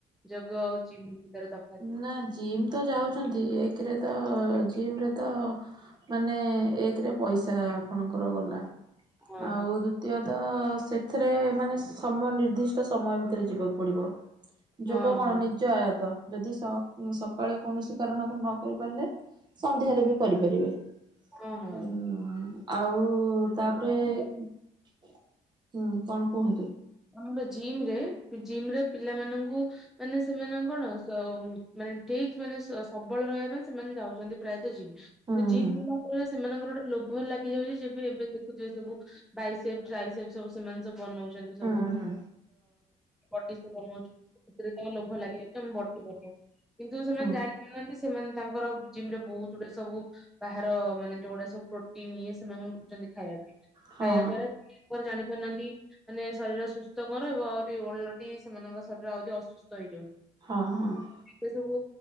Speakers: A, in the centre; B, on the right (about 30°).
A: ଯୋଗ ଆଉ ଛିିିନ୍ତାର ତଫାତ
B: ନା ଜିମ୍ ତ ଯାଉଚ଼ନ୍ତି ଏକରେ ତ ଜିମ ରେ ତ ମାନେ ଏକରେ ପଇସା ଆପଣଙ୍କର ଗଲା
A: ହଁ
B: ଆଉ ଦୁ ଦ୍ୱିତୀୟ ତ ସେଥିରେ ମାନେ ସମ ନିିର୍ଦ୍ଦିଷ୍ଟ ସମୟ ଭିତରେ ଯିବାକୁ ପଡିବ। ଯୋଗ
A: ହଁ
B: କଣ
A: ହଁ
B: ନିଜ ଆୟତ ଯଦି ସ ସକାଳେ କୌଣସି କାରଣରୁ ନ କରି ପାରିଲେ ସନ୍ଧ୍ୟାରେ ବି କରିପାରିବେ।
A: ହଁ ହଁ।
B: ହୁଁ ଆଉ ତାପରେ
A: ଆଉ
B: ହୁଁ କଣ କୁହନ୍ତୁ
A: ଆମର ଜିମ ରେ ଜିମ ରେ ପିଲାମାନଙ୍କୁ ମାନେ ସେମାନେ କଣ ସ ମାନେ ଠିକ ମାନେ ସ ସବଳ ରହିବା ପାଇଁ ସେମାନେ ଯାଉଛନ୍ତି ପ୍ରାୟତଃ ଯିମ।
B: ହୁଁ
A: ଯିମ
B: ହୁଁ
A: ଗଲା ପରେ ସେମାନଙ୍କର ଗୋଟେ ଲୋଭ ଲାଗିଯାଉଛି ସେବେ ଏବେ ଦେଖୁଥିବେ ସବୁ ବାଇସେପ ଟ୍ରାଇସେପ ସବୁ ସେମାନେ ସବୁ ବନାଉଛନ୍ତି
B: ହୁଁ
A: ସବୁ।
B: ହୁଁ
A: ବଡି ସେ ବନଉଛି ସେଥିରେ ତାଙ୍କ ଲୋଭ ଲାଗିଯାଇଛି ତ ମୁଁ ବଡି <unintelligible> କିନ୍ତୁ ସେମାନେ
B: ହୁଁ
A: ଜାଣି ପାରୁନାହାନ୍ତି ସେମାନେ ତାଙ୍କର ଜିମ୍ରେ ବହୁତ ଗୁଡେ ସବୁ ବାହାର ମାନେ ଯୋଉଗୁଡା ସବୁ ପ୍ରୋଟିନ ଇଏ ସେମାନେ ଖାଉଛନ୍ତି। ଖାଇବା ପାଇଁ,
B: ହଁ
A: ଖାଇବା ଦ୍ଵାରା ଲିଭର ଜାଣି ପାରୁନାହାନ୍ତି। ମାନେ ଶରୀର ସୁସ୍ଥ କଣ ଏବଂ ଆହୁରି ଓଲଟି ସେମାନଙ୍କ ଶରୀର ଆହୁରି ଅସୁସ୍ଥ ହେଇଯାଉଛି।
B: ହଁ, ହଁ।
A: ଏବେ ସବୁ